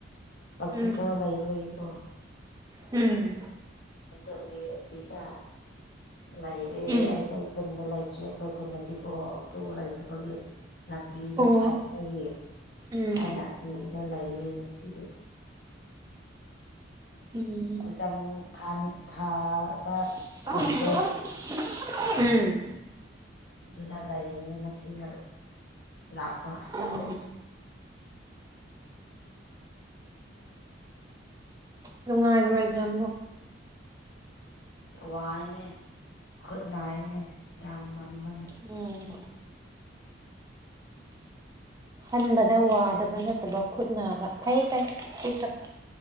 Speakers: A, on the left (about 70°); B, on the right (about 20°).
A: ꯄ꯭ꯔꯛꯇꯤꯀꯦꯜ
B: ꯎꯝ
A: ꯂꯩꯕꯒꯤꯀꯣ
B: ꯎꯝ
A: ꯑꯗꯨꯒꯤ ꯑꯁꯤꯗ ꯂꯩꯔꯦ
B: ꯎꯝ
A: ꯑꯩꯈꯣꯏ ꯈꯨꯟꯗ ꯂꯩꯇ꯭ꯔꯤ ꯑꯩꯈꯣꯏ ꯈꯨꯟꯗꯗꯤ ꯑꯣ ꯑꯣꯛꯇꯣ ꯂꯩꯇꯕꯒꯤ ꯂꯝꯕꯤꯗꯣ
B: ꯑꯣ
A: ꯐꯠꯇꯕꯒꯤ
B: ꯎꯝ
A: ꯑꯩꯅ ꯑꯁꯤꯗ ꯂꯩꯌꯦ ꯉꯁꯤꯗꯤ
B: ꯎꯝ
A: ꯑꯦꯛꯖꯝ ꯊꯥꯅꯤ ꯊꯥꯕ
B: <unintelligible>
A: ꯈꯨꯟꯗꯣ
B: ꯎꯝ
A: ꯑꯗꯨꯗ ꯂꯩꯕꯅꯤ ꯉꯁꯤꯅ ꯂꯥꯛꯄ
B: ꯎꯝ ꯅꯨꯡꯉꯥꯏꯕ꯭ꯔꯣ ꯑꯦꯛꯖꯥꯝꯕꯨ
A: ꯋꯥꯏꯅꯦ ꯈꯨꯠ ꯅꯥꯏꯅꯦ ꯌꯥꯝ ꯃꯟꯕ
B: ꯎꯝ ꯍꯟꯕꯗ ꯋꯥꯗꯕ ꯅꯠꯇꯕ ꯈꯨꯠ ꯅꯥꯕ ꯐꯩ ꯐꯩ ꯑꯩꯁꯨ